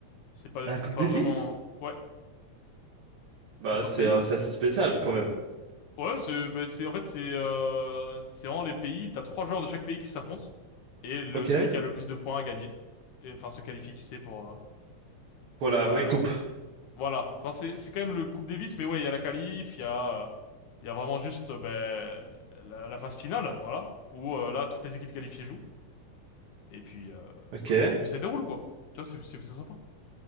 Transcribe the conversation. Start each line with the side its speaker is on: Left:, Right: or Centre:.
Left: C'est pas,
Right: La
Left: c'est
Right: Coupe
Left: pas
Right: Davis?
Left: vraiment. Ouais,
Right: Bah
Left: c'est par
Right: c'est
Left: pays.
Right: euh, c'est assez spécial quand même.
Left: Ouais, c'est, bah, c'est, en fait, c'est, euh, c'est vraiment les pays. T'as trois joueurs de chaque pays qui s'affrontent. Et le,
Right: Ok.
Left: celui qui a le plus de points a gagné. Et, enfin, se qualifie, tu sais, pour, euh,
Right: Pour la
Left: pour
Right: vraie
Left: la,
Right: coupe.
Left: voilà. Enfin, c'est, c'est quand même le Coupe Davis, mais ouais, il y a la qualif, il y a, euh, il y a vraiment juste, euh, ben, la, la phase finale, voilà. Où, euh, là, toutes les équipes qualifiées jouent. Et puis, euh,
Right: Ok.
Left: et puis ça déroule, quoi. Tu vois, c'est, c'est plutôt sympa.